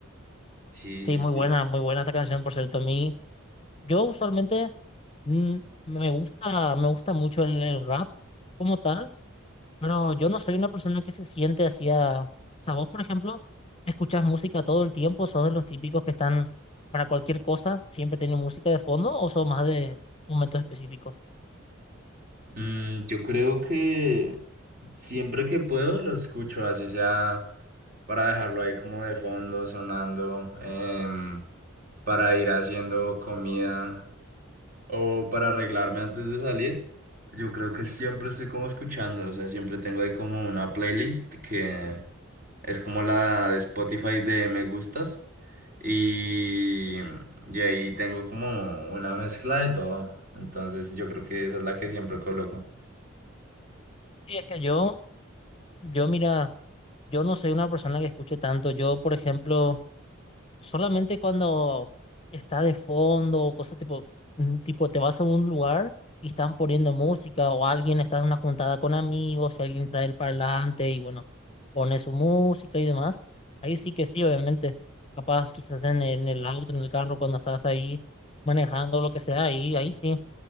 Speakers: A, on the right (about 40°); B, on the left (about 25°).
A: Sí,
B: sí,
A: sí,
B: muy
A: sí.
B: buena, muy buena esta canción, por cierto. A mí, yo usualmente mm, me gusta, me gusta mucho el, el rap como tal, pero yo no soy una persona que se siente así a... O sea, vos, por ejemplo, escuchás música todo el tiempo, sos de los típicos que están para cualquier cosa, siempre tienen música de fondo, o sos más de momentos específicos.
A: Mm, yo creo que siempre que puedo lo escucho, así sea para dejarlo ahí como de fondo, sonando, em, para ir haciendo comida o para arreglarme antes de salir. Yo creo que siempre estoy como escuchando, o sea, siempre tengo ahí como una playlist que es como la de Spotify de me gustas y, y ahí tengo como una mezcla de todo. Entonces yo creo que esa es la que siempre coloco.
B: Sí, es que yo, yo mira, yo no soy una persona que escuche tanto. Yo, por ejemplo... solamente cuando está de fondo o cosas tipo, mm, tipo te vas a un lugar y están poniendo música o alguien está en una juntada con amigos y alguien trae el parlante y bueno, pone su música y demás. Ahí sí que sí, obviamente. Capaz quizás en, en el auto, en el carro, cuando estás ahí manejando, lo que sea, ahí, ahí sí.